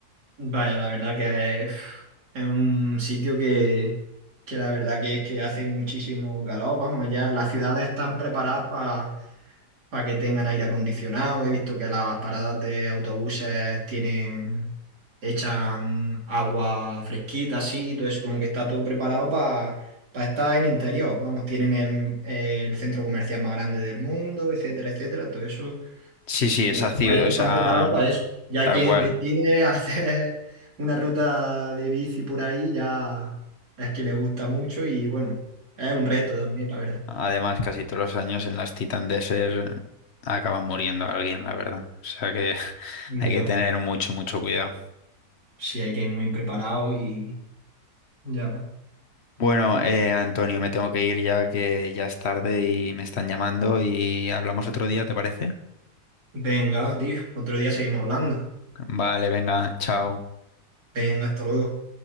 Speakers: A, on the right; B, on the left.
A: Vaya, la verdad que uf, es un sitio que, que la verdad que es que hace muchísimo calor. Vamos, ya las ciudades están preparadas para que tengan aire acondicionado. He visto que las paradas de autobuses tienen, echan agua fresquita, así, entonces como que está todo preparado para estar en interior. Vamos, tienen el, el centro comercial más grande del mundo, etcétera, etcétera. Todo eso
B: Sí, sí,
A: en
B: es
A: otros
B: ácido,
A: países
B: o sea,
A: están preparados para eso. Ya
B: tal
A: quien
B: cual.
A: decide <laughs> hacer una ruta de bici por ahí, ya es que le gusta mucho y bueno, es un reto también, la verdad.
B: Además, casi todos los años en las Titan Desert acaba muriendo alguien, la verdad. O sea que <laughs>
A: Dios,
B: hay que tener mucho, mucho cuidado.
A: sí hay que ir muy preparado y ya. ves.
B: Bueno, eh, Antonio, me tengo que ir ya que ya es tarde y me están llamando y hablamos otro día, ¿te parece?
A: Venga, tío, otro día seguimos hablando.
B: Vale, venga, chao.
A: Venga, hasta luego.